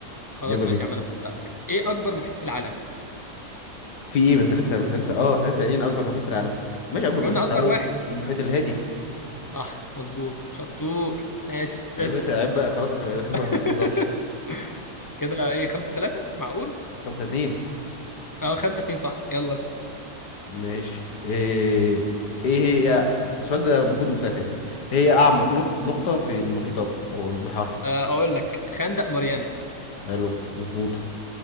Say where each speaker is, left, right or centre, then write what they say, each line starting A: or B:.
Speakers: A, on the left; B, on the left.
A: خلاص
B: يلا بينا
A: ماشي يا عم انا مصدقك ايه اكبر محيط في العالم
B: في ايه ما انت لسه ما احنا لسه اه احنا لسه قايلين اصغر محيط في العالم ماشي اكبر محيط
A: قلنا
B: في
A: اصغر
B: العالم
A: واحد
B: المحيط الهادي
A: صح مظبوط شطور ماشي
B: يا
A: اسأل
B: باشا عيب بقى خلاص احنا بقينا خبرة
A: <laughs>
B: في المحيطات
A: كده ايه خمسة تلاتة معقول
B: <laughs> خمسة اتنين
A: اه خمسة اتنين صح يلا اسأل
B: ماشي ايه ايه هي السؤال ده المفروض إنه سهل يعني ايه هي اعمق نط- نقطة في المحيطات او البحار
A: آه، اقول لك خندق ماريانا
B: حلوة مظبوط